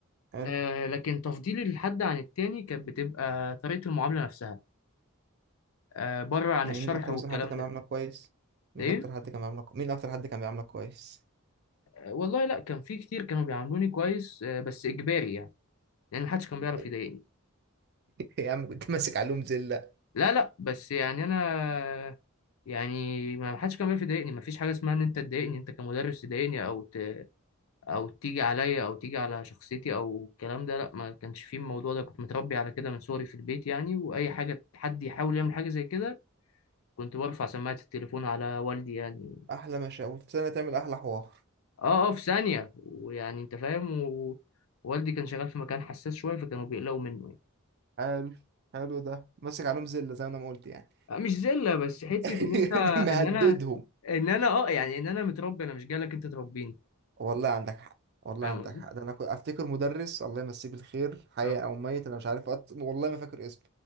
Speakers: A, on the right; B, on the left.
A: حلو
B: آه لكن تفضيلي للحد عن التاني كانت بتبقى طريقة المعاملة نفسها آه بره عن
A: يعني
B: الشرح
A: مين اكتر
B: والكلام
A: مثلا حد كان
B: ده
A: بيعاملك كويس مين
B: ايه
A: اكتر حد كان بيعاملك مين اكتر حد كان بيعاملك كويس
B: آه، والله لا كان في كتير كانوا بيعاملوني كويس آه بس اجباري يعني لان محدش كان بيعرف
A: <laughs>
B: يضايقني
A: يا عم كنت ماسك علوم زله
B: لا لا بس يعني انا يعني ما حدش كان بيعرف يضايقني ما فيش حاجه اسمها ان انت تضايقني انت كمدرس تضايقني او ت... او تيجي عليا او تيجي على شخصيتي او الكلام ده لا ما كانش فيه الموضوع ده كنت متربي على كده من صغري في البيت يعني واي حاجه حد يحاول يعمل حاجه زي كده كنت برفع سماعه التليفون على والدي يعني
A: احلى مشاوي في سنه تعمل احلى حوار
B: اه اه في ثانيه ويعني انت فاهم و... والدي كان شغال في مكان حساس شويه فكانوا بيقلقوا منه
A: حلو حلو ده ماسك علوم زله زي ما انا ما قلت يعني
B: آه، مش زله بس حته
A: <laughs>
B: ان انت
A: مهددهم
B: ان انا ان انا اه يعني ان انا متربي انا مش جالك انت تربيني
A: والله عندك حق والله
B: فاهم
A: عندك
B: قصدي؟
A: حق ده انا كنت افتكر مدرس الله يمسيه بالخير حي
B: اه
A: او ميت انا مش عارف أط... والله ما فاكر اسمه